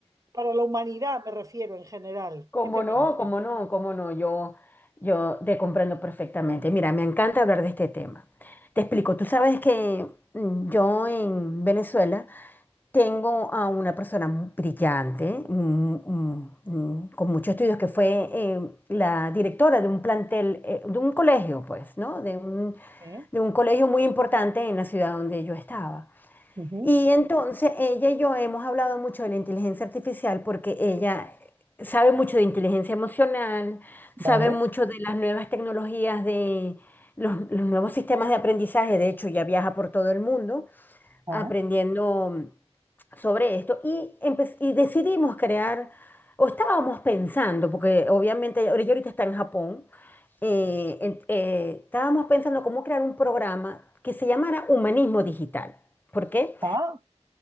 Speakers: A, on the right; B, on the left.
A: Para la humanidad me refiero en general.
B: ¿Cómo
A: ¿Qué te
B: no?
A: parece?
B: ¿Cómo no? ¿Cómo no? Yo, yo te comprendo perfectamente. Mira, me encanta hablar de este tema. Te explico, tú sabes que mm, yo en Venezuela tengo a una persona mu- brillante, mm, mm, mm, con muchos estudios, que fue eh, la directora de un plantel, eh, de un colegio, pues, ¿no? De un,
A: ¿Eh?
B: de un colegio muy importante en la ciudad donde yo estaba.
A: Ujú.
B: Y entonces ella y yo hemos hablado mucho de la inteligencia artificial porque ella sabe mucho de inteligencia emocional,
A: Vale.
B: sabe mucho de las nuevas tecnologías, de los, los nuevos sistemas de aprendizaje, de hecho ya viaja por todo el mundo
A: ah.
B: aprendiendo sobre esto y, empe- y decidimos crear, o estábamos pensando, porque obviamente ella ella ahorita está en Japón, eh, en- eh, estábamos pensando cómo crear un programa que se llamara Humanismo Digital. ¿Por qué?
A: Ah,